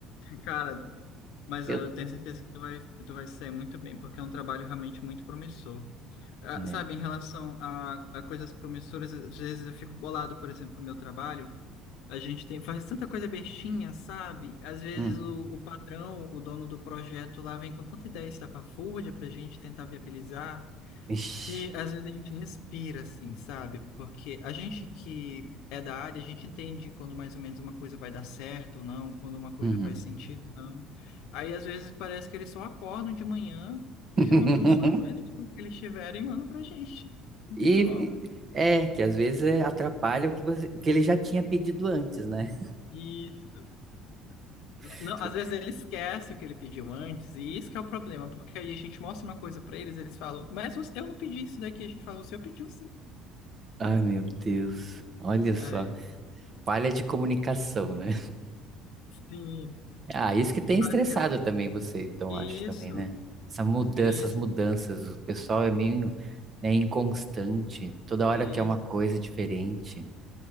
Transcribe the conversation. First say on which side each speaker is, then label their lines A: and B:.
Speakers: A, on the left; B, on the right.
A: cara, Mas
B: Eu,
A: ah, eu tenho certeza que tu vai, tu vai se sair muito bem, porque é um trabalho realmente muito promissor. Ah,
B: né?
A: sabe, em relação a, a coisas promissoras, às vezes eu fico bolado, por exemplo, com o meu trabalho. A gente tem, faz tanta coisa bestinha, sabe? Às vezes
B: Hum.
A: o, o patrão, o dono do projeto lá, vem com tanta ideia estapafúrdia para a gente tentar viabilizar
B: Ixi.
A: que às vezes a gente respira assim, sabe? Porque a gente que é da área, a gente entende quando mais ou menos uma coisa vai dar certo ou não, quando uma coisa
B: Uhum.
A: faz sentido ou não. Aí às vezes parece que eles só acordam de manhã,
B: <laughs>
A: juntam um sonho mais louco que eles tiverem e mandam pra gente. Não
B: E
A: tem como.
B: e- é que às vezes é, atrapalha o que você, o que ele já tinha pedido antes, né?
A: Isso.
B: <laughs>
A: Não, às vezes ele esquece o que ele pediu antes, e isso que é o problema, porque aí a gente mostra uma coisa pra eles, eles falam, mas você- eu não pedi isso daqui, a gente fala, você pediu sim.
B: Ai, meu Deus. Olha só.
A: Ai,
B: Falha de comunicação, né?
A: sim,
B: Ah, isso que tem
A: eu
B: estressado
A: acho que é
B: também você, então,
A: isso.
B: acho também, né? Essa mudança,
A: Isso,
B: essas mudanças, o pessoal é meio, né, inconstante. Toda hora
A: isso.
B: quer uma coisa diferente,